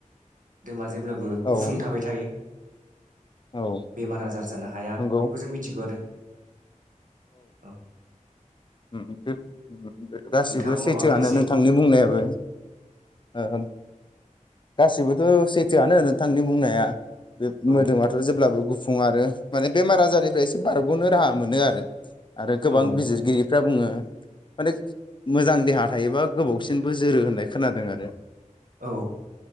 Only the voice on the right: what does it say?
ओ जेब्लाबो गुफुं
थाबाय थायो।
बेमार आजार जानो हाया
बेखौ जों मिथिगौ आरो औ
नोंथाङाबो
माबाफोर एसे
औ
नंगौ
औ नंगौ
औ